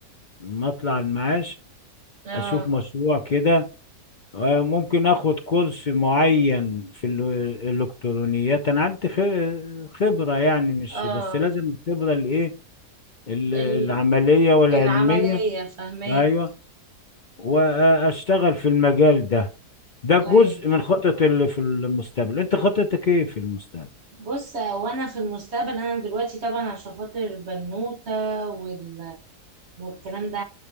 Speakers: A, on the left; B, on the right.
A: ما اطلع المعاش
B: اه
A: اشوف مشروع كده آه، ممكن اخد كورس معين في ال- الالكترونيات انا عندي خ- خبرة يعني مش
B: اه
A: بس لازم الخبرة الايه ال- العملية
B: ال-
A: والعلمية
B: العملية فهماك
A: ايوه واشتغل في المجال ده ده جزء
B: ايوه
A: من خطط اللي في المستقبل انت خطتك ايه في المستقبل
B: بص وانا في المستقبل انا دلوقتي طبعا عشان خاطر البنوتة وال والكلام ده